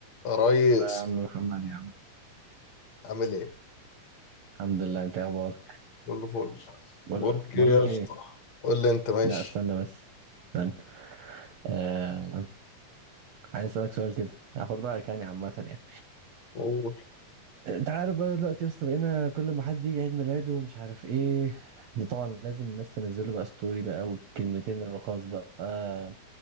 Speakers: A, on the left; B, on the right.
A: يا ريس
B: آه يا عم محمد يا عم
A: عامل ايه؟
B: الحمد لله انت ايه اخبارك
A: كله فل
B: بقول
A: بقول لك
B: بقول
A: ايه يا
B: لك
A: اسطى
B: ايه
A: قول لي انت ماشي
B: لا استنى بس استنى آه... عايز اسالك سؤال كده هاخد رايك يعني عامه يعني
A: قول
B: انت عارف بقى دلوقتي يا اسطى بقينا كل ما حد يجي عيد ميلاده ومش عارف ايه اللي طبعا لازم الناس تنزل له بقى ستوري بقى والكلمتين الرخاص بقى آه،